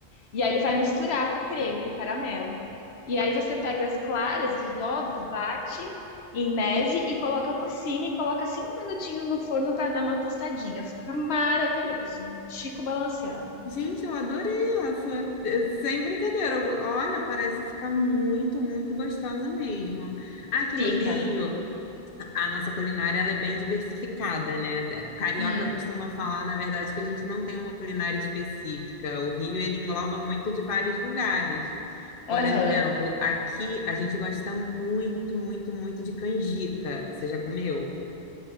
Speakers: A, on the left (about 80°); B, on the left (about 60°).
A: E aí ele vai misturar com o creme, o caramelo. E aí você pega as claras dos ovos, bate em neve e coloca por cima e coloca cinco minutinhos no forno para dar uma tostadinha. Fica maravilhoso. Chico balanceado.
B: Gente, eu adorei essa. Eh, Sem brincadeira. eu- Olha, parece ficar muito, muito gostosa mesmo. Aqui
A: Fica.
B: no Rio. a nossa culinária ela é bem diversificada, né? Até- O Carioca
A: Hum.
B: costuma falar, na verdade, que a gente não tem uma culinária específica. O Rio, ele engloba muito de vários lugares.
A: Aham.
B: Por exemplo, aqui a gente gosta muito, muito, muito de canjica. Você já comeu?